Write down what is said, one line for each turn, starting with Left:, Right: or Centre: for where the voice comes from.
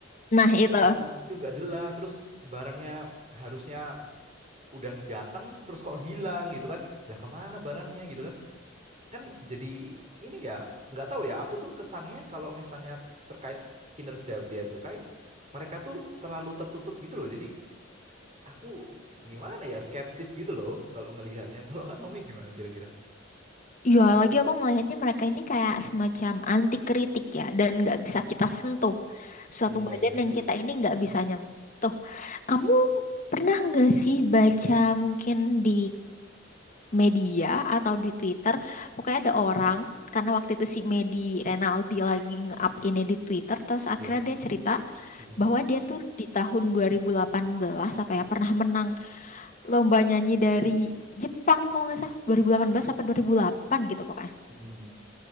Left: Nah itu.
Right: terus itu nggak jelas, terus barangnya harusnya udah datang, terus kok hilang gitu kan? Lah kemana barangnya gitu kan? Kan jadi ini ya nggak tahu ya. Aku tuh kesannya kalau misalnya terkait kinerja bea cukai, mereka tuh terlalu tertutup gitu loh. Jadi aku gimana ya skeptis gitu loh kalau ngelihatnya. Kalau Kak Naomi gimana kira-kira?
Left: Ya, lagi aku ngelihatnya mereka ini kayak semacam anti kritik ya, dan nggak bisa kita sentuh. Suatu
Right: Iya
Left: badan
Right: iya.
Left: yang kita ini nggak bisa nyentuh. Kamu pernah nggak sih baca mungkin di media atau di Twitter, pokoknya ada orang, karena waktu itu si Medi Renaldi lagi nge-up ini di Twitter, terus akhirnya
Right: Iya.
Left: dia cerita
Right: Mm-mm.
Left: bahwa dia tuh di tahun 2018 apa ya, pernah menang lomba nyanyi dari Jepang kalau nggak salah, 2018 apa 2008 gitu pokoknya
Right: Mm-mm.